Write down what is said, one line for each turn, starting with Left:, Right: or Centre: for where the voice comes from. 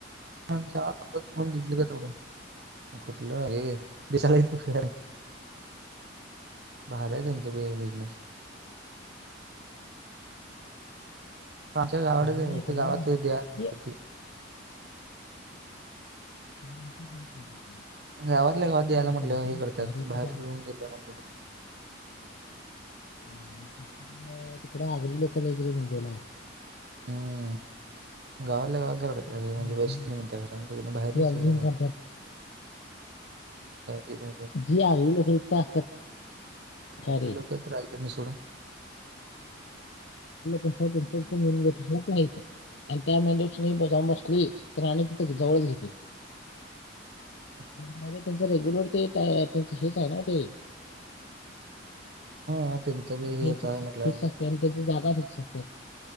Right: <unintelligible> चार फोन घेतली का तेवढं. म कुठलं हे. <unintelligible> बाहेर आहे त्यांचा बी बिझनेस. आमच्या गावाडच
Left: नाही
Right: आहे
Left: कारण
Right: ते गावात <unintelligible>
Left: ते
Right: ती
Left: तर आमच्या. <inaudible>
Right: गावातल्या गावात द्यायला
Left: नाकात
Right: म्हटलं
Left: होतं
Right: हे,
Left: ना
Right: करतात
Left: भारी
Right: बाहेर
Left: ते काय
Right: येेऊन <unintelligible>
Left: <inaudible> तिकडे आगरी लोकल आहे की रे मुंबईला.
Right: हम्म. गावातल्या गावातचा रडत ते, म्हणजे
Left: अर्जुन
Right: बशी नाही
Left: कर-
Right: म्हणते बाहेर नाहीपर्यंत.
Left: ते ऑब्झर्व करतात
Right: ते पण आहे.
Left: जी आगळी लोकं असतात. काय
Right: अगरी
Left: रे
Right: लोकं तर राहेत ते नी सोडं.
Left: कसं त्यांच मेन लोकेशनला ते हाय त. आणि त्या मेंढ्या जाऊन बसली, तर आणि तिच्या जवळच घेतील.
Right: हम् <inaudible>
Left: आणि भारी त्यांचं रेगुलर ते त्या त्यांच हेच आहे ना ते. <inaudible>
Right: हा त्यांचं बी हे
Left: फिक्स
Right: आता म्हटलं
Left: असते आणि त्याची जागा फिक्स असते.